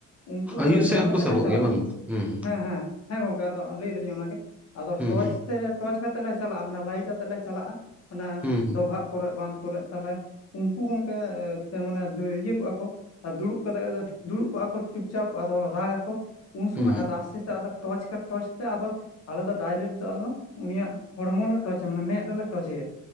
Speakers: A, on the left; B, in the centre.
A: ᱩᱱᱠᱩ
B: ᱟᱹᱭᱩᱵ
A: ᱫᱚ ᱴᱚᱪ
B: ᱥᱮᱫ ᱦᱚᱸᱠᱚ
A: ᱟᱛᱮᱫ
B: ᱥᱟᱵᱚᱜ
A: ᱞᱮ ᱪᱟᱞᱟᱜᱼᱟ,
B: ᱜᱮᱭᱟ ᱵᱟᱝ ᱦᱩᱸ
A: ᱦᱮᱸ ᱦᱮᱸ᱾ ᱦᱮᱸ ᱜᱚᱢᱠᱮ ᱟᱫᱚ ᱞᱟᱹᱭ ᱫᱟᱞᱤᱧ ᱚᱱᱟᱜᱮ ᱟᱫᱚ
B: ᱦᱩᱸ
A: ᱴᱚᱨᱪ ᱛᱮ ᱴᱚᱨᱪ ᱠᱟᱛᱮᱜ ᱞᱮ ᱪᱟᱞᱟᱜᱼᱟ ᱢᱟᱱᱮ ᱞᱟᱭᱤᱴ ᱟᱛᱮᱜ ᱞᱮ ᱪᱟᱞᱟᱜᱼᱟ ᱟᱱᱮ
B: ᱦᱩᱸ
A: ᱰᱚᱵᱷᱟᱜ ᱠᱚᱨᱮ ᱵᱟᱸᱫ ᱠᱚᱨᱮ ᱛᱟᱞᱮ ᱩᱱᱠᱩ ᱜᱚᱢᱠᱮ ᱢᱟᱱᱮ ᱤᱭᱟᱹ ᱠᱚᱜᱼᱟ ᱠᱚ ᱟᱨ ᱫᱩᱲᱩᱵ ᱠᱟᱛᱮᱜ ᱫᱩᱲᱩᱵ ᱠᱚᱜᱼᱟ ᱠᱚ ᱾ ᱪᱩᱯᱪᱟᱯ ᱟᱫᱚ ᱨᱟᱜᱟᱠᱚ ᱩᱱ ᱥᱚᱢᱚᱭ
B: ᱦᱩᱸ
A: ᱟᱫᱚ ᱟᱥᱛᱮ ᱟᱥᱛᱮ ᱟᱫᱚ ᱴᱚᱪ ᱴᱚᱪ ᱛᱮ ᱟᱫᱚ ᱟᱞᱮ ᱫᱚ ᱰᱟᱭᱨᱮᱠᱴ ᱫᱚ ᱟᱫᱚ ᱩᱱᱤᱭᱟᱜ ᱦᱚᱲᱢᱚ ᱞᱮ ᱴᱚᱪ-ᱟ ᱢᱟᱱᱮ ᱢᱮᱫ ᱨᱮᱞᱮ ᱴᱚᱪᱮᱭᱟ